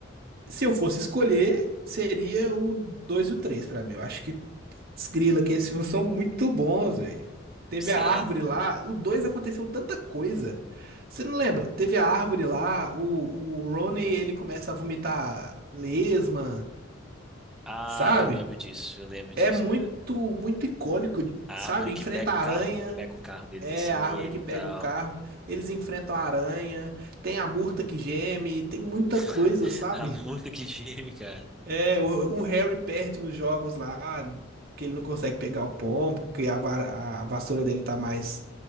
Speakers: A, on the right; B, in the centre.
A: se eu fosse escolher, seria o 2 e o 3 pra mim. Eu acho que desgrila que esses filmes são muito bons, velho. Teve
B: Sério.
A: a árvore lá, o 2 aconteceu tanta coisa. Você não lembra? Teve a árvore lá, o, o Ronnie ele começa a vomitar lesma,
B: Ah,
A: sabe?
B: eu lembro disso, eu lembro disso,
A: É muito,
B: cara.
A: muito icônico,
B: A
A: sabe?
B: árvore que
A: Enfrenta
B: pega
A: a
B: o carro,
A: aranha,
B: pega o carro deles
A: é
B: assim
A: a árvore
B: e
A: que pega
B: tal.
A: o carro, eles enfrentam a aranha, tem a murta que geme, tem muita
B: <laughs>
A: coisa, sabe?
B: Ah, muito que time, cara.
A: É, o, o Harry perde nos jogos lá, que ele não consegue pegar o pombo, porque a, va- a vassoura dele tá mais